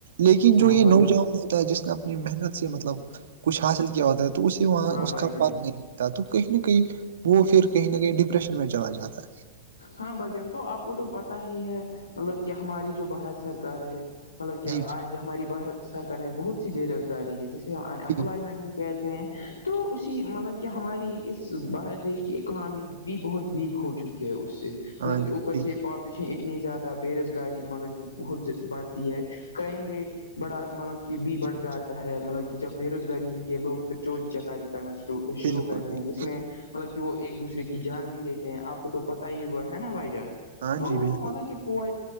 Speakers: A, on the right; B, on the left.
A: لیکن
B: ہاں
A: جو یہ
B: بھائی
A: نوجوان
B: جان
A: ہوتا ہے جس نے اپنی محنت سے مطلب کچھ حاصل کیا ہوتا ہے تو اسے وہاں
B: ہاں
A: اس
B: بھائی
A: کا
B: جان
A: پن نہیں تو کہیں نہ کہیں وہ پھر کہیں نہ کہیں ڈپریشن میں چلا جاتا ہے
B: ہاں بھجن تو آپ کو تو پتا ہی ہے مطلب کہ ہماری جو بھارت سرکار ہے مطلب کہ
A: جی جی
B: آج ہماری بھارت سرکار نے بہت سی بے روزگاری ہے جسے ہم ان امپلائمنٹ
A: جی
B: بھی کہتے ہیں تو اسی مطلب کہ ہماری اس بھارت دیش کی اکنامی بھی بہت ویک ہو چکی ہے اس سے
A: ہاں
B: مطلب
A: جی
B: کہ اوپر
A: بالکل
B: سے پاپ لیشن اتنی زیادہ بے روزگاری مطلب کہ بہت بڑھتی ہے کرائم ریٹ بڑا مطلب کہ بھی
A: جی
B: بڑھ
A: جی
B: جاتا ہے مطلب کہ جب بے روزگاری ہو کے لوگ پھر چوری چکاری کرنا شوع شروع
A: بالکل
B: کرتے
A: بالکل
B: ہیں جس میں مطلب کہ وہ ایک دوسرے کی جان بھی لیتے ہیں آپ پ تو پتہ ہی ہوا ہے نا بھائی جان
A: ہاں
B: تو
A: جی بالکل
B: مطلب کہ پو